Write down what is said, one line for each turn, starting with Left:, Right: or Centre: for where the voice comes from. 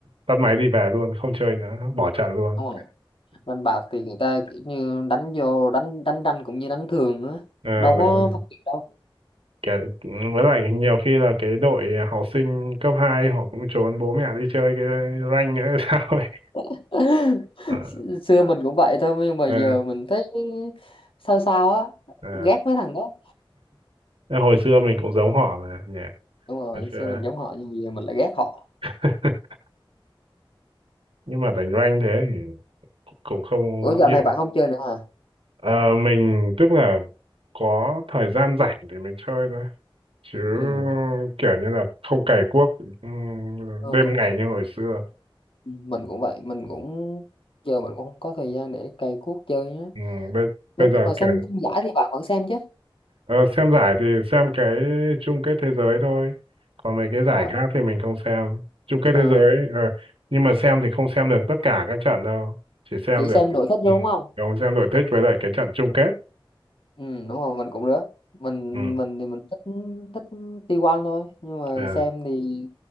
Right: tắt máy đi về luôn không chơi nữa bỏ trận luôn
Left: đúng không đánh bạc thì người ta kiểu như đánh vô đánh đánh tranh cũng như đánh thường á
Right: Ờ,
Left: đâu có
Right: đúng rồi.
Left: phân biệt đâu
Right: Kiểu, ừ, với lại nhiều khi là cái đội học sinh cấp 2 họ cũng trốn bố mẹ đi chơi cái rank nữa <laughs> hay sao ấy
Left: <laughs>
Right: Ờ,
Left: S- xưa mình cũng vậy thôi nhưng mà
Right: ờ,
Left: giờ mình thấy sao sao á
Right: ờ.
Left: ghét mấy thằng đó
Right: Thế hồi xưa mình cũng giống họ mà nhỉ
Left: đúng rồi
Right: hồi
Left: xưa
Right: xưa
Left: mình giống họ nhưng mà giờ mình lại ghét họ
Right: <laughs> nhưng mà đánh rank thế thì cũng không
Left: Ủa dạo
Right: điện
Left: này bạn không chơi nữa hả?
Right: Ờ, mình tức là có thời gian rảnh thì mình chơi thôi chứ
Left: Ừ.
Right: kiểu như là không cày cuốc ừm,
Left: Ờ,
Right: đêm ngày như hồi xưa
Left: mình cũng vậy, mình cũng giờ mình cũng không có thời gian để cày cuốc chơi á.
Right: ừ, bây,
Left: Ủa,
Right: bây
Left: nhưng
Right: giờ
Left: mà xem,
Right: kiểu
Left: xem giải thì bạn vẫn xem chứ
Right: ờ, xem giải thì xem cái chung kết thế giới thôi còn mấy cái giải
Left: Ủa,
Right: khác thì mình không xem chung kết
Left: ờ,
Right: thế giới ờ, nhưng mà xem thì không xem được tất cả các trận đâu chỉ xem
Left: chị
Right: được
Left: xem đội thích đúng
Right: ừ,
Left: không
Right: không xem đội thích với lại cái trận chung kết
Left: ừ đúng rồi mình cũng rứa mình
Right: ừ,
Left: mình thì mình thích thích T1 thôi nhưng mà
Right: ờ,
Left: xem thì